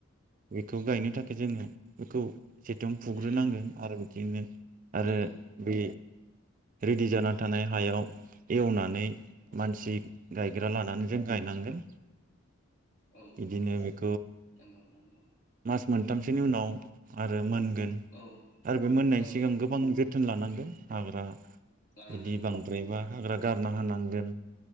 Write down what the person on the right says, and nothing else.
बेखौ गायनो थाखाय जोङो बेखौ सेथुम फुग्रोनांगोन
आरो <unintelligible> आरो
बे रेडि जाना थानाय हायाव एवनानै
मानसि
गायग्रा
लानानै जों गायनांगोन
बिदिनो
बे
मास मोनथामसोनि उनाव आरो मोन गोन
आरो बे मोननायनि
सिगां गोबां जो थोन लानांगोन हाग्रा
बिदि
बांद्रायबा
हाग्रा गारना हा नांगोन